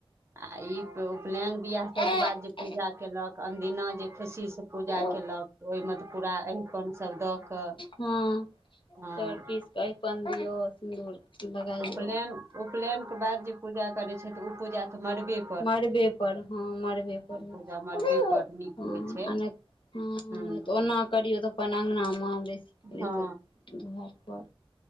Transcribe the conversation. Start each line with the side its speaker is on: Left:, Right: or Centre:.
Right: आ ई उपनयन बियाह सभके
Left: हँ
Right: बाद जे पूजा कयलक अनदिना जे खुशीसँ पूजा
Left: हँ
Right: कयलक ओहिमे तऽ पूरा अरिपन सभ दऽ कऽ
Left: हँ
Right: हँ
Left: चाउर पीस कऽ अरिपन दियौ सिन्दूर लगाइयौ
Right: उपलेन उपलेन के बाद जे पूजा करै छै तऽ ओ पूजा तऽ मरबे
Left: मरबे पर हँ मरबे पर होई
Right: पूजा
Left: छै
Right: मड़बे
Left: हँ
Right: पर नीक होइ छै
Left: हं नहि
Right: हूँ
Left: तऽ ओना करियौ तऽ अपन अंगना मे बेसी नहि
Right: हँ
Left: तऽ दुहरि पर